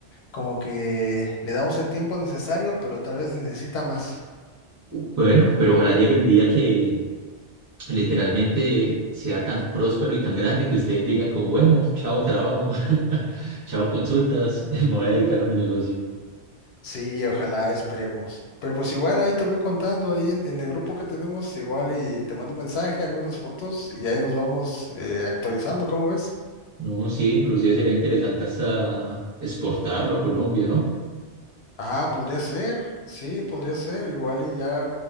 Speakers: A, on the left; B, on the right.
A: como que le damos el tiempo necesario, pero tal vez necesita más.
B: Bueno, pero ojalá llegue el día que, literalmente sea tan próspero y tan grande que ustedes digan como, bueno, chao trabajo, <laughs> chao consultas, <laughs> me voy a dedicar a mi negocio.
A: Sí, ojalá, esperemos. Pero pues igual ahí te voy contando, ahí en, en el grupo que tenemos, igual y te mando un mensaje, algunas fotos y ahí nos vamos eh, actualizando, ¿cómo ves?
B: No, sí, inclusive sería interesante hasta exportarlo a Colombia, ¿no?
A: Ah, podría ser, sí, podría ser, igual y ya